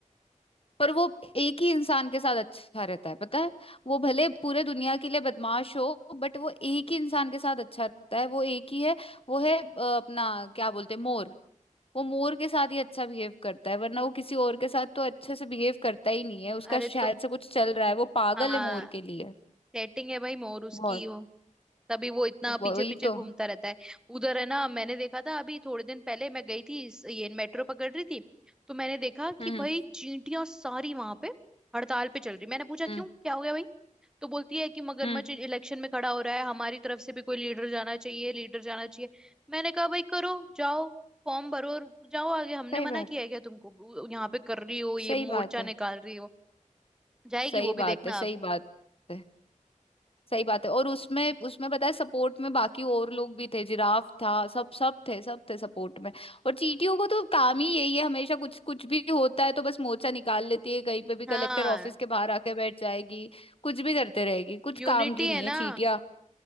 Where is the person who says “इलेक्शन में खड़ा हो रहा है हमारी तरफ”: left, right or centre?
Centre